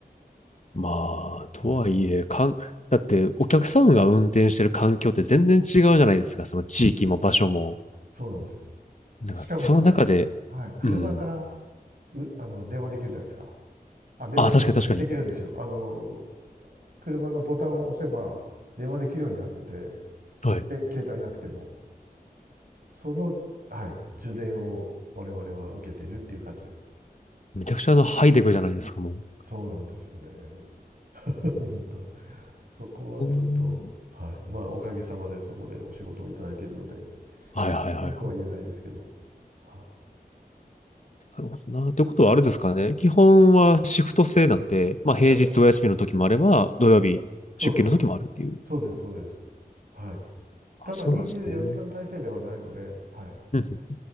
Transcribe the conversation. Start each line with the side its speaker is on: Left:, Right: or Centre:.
Left: まあ、とはいえ、
Right: い。はい。
Left: かん、だってお客様が運転してる環境って全然違うじゃないですか。その地域も場所も。
Right: そうなんです。
Left: なんか、
Right: しかも最近、
Left: その中で、
Right: はい、車から
Left: うん。
Right: うあの電話できるじゃないですか。あ、電話できる、
Left: ああ、確かに確かに。
Right: できるんですよ。あの、車のボタンを押せば電話できるようになってて、
Left: はい。
Right: け、携帯なくても。その、はい、受電を我々は受けてるっていう感じです。
Left: めちゃくちゃあの、ハイデクじゃないですか、も
Right: そうなんですよね。<laughs> 本当そこはちょっと、
Left: う。うーん
Right: はい。まあ、おかげさまでそこでお仕事をいただいているので、
Left: はいはいはいはい。
Right: 文句は言えないですけど。
Left: な
Right: はい。
Left: るほどな。ってことはあれですかね。基本はシフト制なんて、まあ平日お休みの時もあれば、
Right: はい
Left: 土曜日出勤の時もあるっていう。
Right: そうです。そうです、そうです。はい。
Left: あ、
Right: ただ24時間体制ではないので、
Left: そうなんですね。
Right: はい。
Left: うん